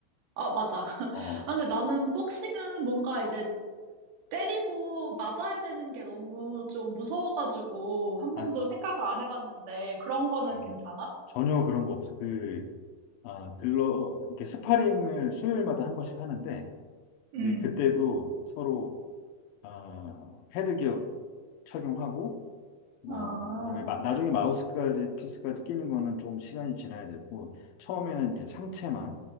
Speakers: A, on the right (about 80°); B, on the left (about 90°).
A: 아, 맞아. <laughs>
B: 어,
A: 아, 근데 나는 복싱은 뭔가 이제 때리고 맞아야 되는 게 너무 좀 무서워가지고 한
B: 아,
A: 번도 생각을 안 해봤는데 그런 거는
B: 어,
A: 괜찮아?
B: 전혀 그런 거 없어. 그, 아, 글로, 이렇게 스파링을 수요일마다 한 번씩 하는데,
A: 음,
B: 이 그때도 서로, 아, 헤드기어 착용하고, 뭐
A: 아,
B: 어, 그다음에 마- 나중에 마우스까지 피스까지 끼는 거는 조금 시간이 지나야 되고 처음에는 이제 상체만